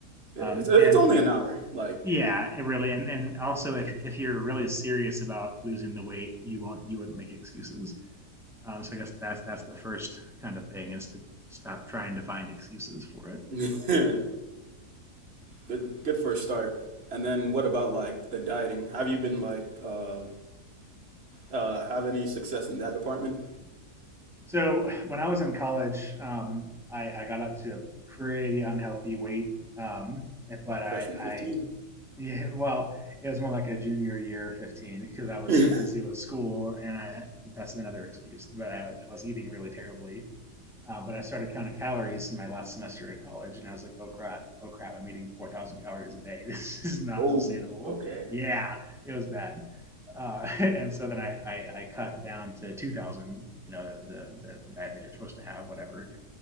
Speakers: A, on the right (about 40°); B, in the centre.
A: Yeah,
B: Um,
A: it's uh,
B: and
A: it's only an hour. Like,
B: yeah, and really, and and also if if you're really serious about losing the weight, you won't you wouldn't make excuses. Um, so I guess that's that's the first kind of thing is to stop trying to find excuses for it.
A: <laughs> uh, good good for a start. And then what about like the dieting? Have you been like uh uh have any success in that department?
B: So when I was in college, um, I, I got up to a pretty unhealthy weight. Um, and- but I,
A: Freshman 15.
B: I, yeah, <laughs> well, it was more like a junior year, 15, because I was
A: <laughs>
B: so busy with school and I, that's another excuse, but I, I was eating really terribly. Uh, but I started counting calories in my last semester at college, and I was like, "Oh crap! Oh crap! I'm eating 4,000 calories a day. <laughs> This is not
A: Whoa,
B: sustainable."
A: okay.
B: Yeah, it was bad. Uh, <laughs> and so then I, I, I cut down to 2,000. You know, the, the the diet that you're supposed to have, whatever.